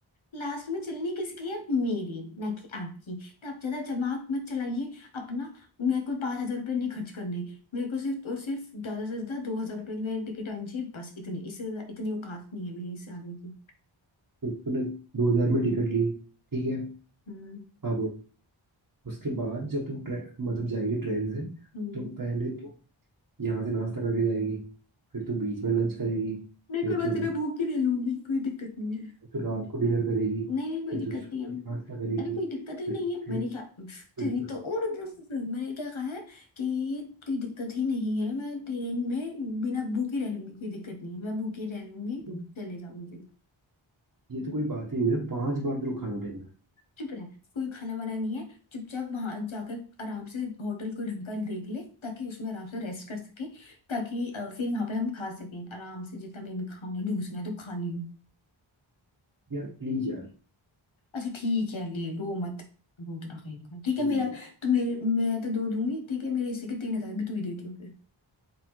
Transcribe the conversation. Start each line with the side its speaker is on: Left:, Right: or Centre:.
Left: लास्ट में चलनी किसकी है मेरी ना कि आपकी तो आप ज्यादा दिमाग मत चलाइए अपना मेरे को पांच हजार रुपये नहीं खर्च करने मेरे को सिर्फ और सिर्फ ज्यादा से ज्यादा दो हजार रुपये में टिकट आनी चाहिए बस इतनी इससे ज्यादा- इतनी औकात नहीं है मेरी इससे आगे की
Right: फिर तूने दो हजार में टिकट ली ठीक है
Left: हम्म
Right: हाँ बोल उसके बाद जब तू ट्रे मतलब जाएगी ट्रेन से
Left: हम्म
Right: तो पहले तो यहाँ से नाश्ता करके जाएगी फिर तू बीच में लंच करेगी
Left: नहीं
Right: फिर
Left: कोई बात
Right: तू
Left: नहीं मैं भूख ही ले लूंगी कोई दिक्कत नहीं
Right: तू रात को डिनर करेगी
Left: नहीं नहीं कोई
Right: फिर
Left: दिक्कत
Right: तू सुबह
Left: नहीं है
Right: नाश्ता करेगी
Left: अरे कोई दिक्कत ही
Right: फिर
Left: नहीं है
Right: फिर
Left: मैंने क्या
Right: फिर
Left: तेरी
Right: तू
Left: तो और मैंने क्या कहा है कि कोई दिक्कत ही नहीं है मैं ट्रेन में बिना भूखे रह लूंगी कोई दिक्कत नहीं है मैं भूखे रह लूंगी
Right: तो
Left: चलेगा मुझे
Right: ये तो कोई बात ही नहीं है पांच बार तेरे को खाना पड़ेगा
Left: चुप रह कोई खाना वाना नहीं है चुपचाप वहां जाकर आराम से होटल कोई ढंग का देख ले ताकि उसमें आराम से रेस्ट कर सके ताकि अ, फिर वहां पे हम खा सकें आराम से जितना भी हमें खाना है ढूंसना है तो खा लियो
Right: यार प्लीज यार
Left: अच्छा ठीक है ले रो मत रो तो रखेगा ठीक
Right: ठीक
Left: है मेरा
Right: है
Left: तो मेरे मैं तो दो दूंगी ठीक है मेरे हिस्से के तीन हजार भी तू ही देती हो फिर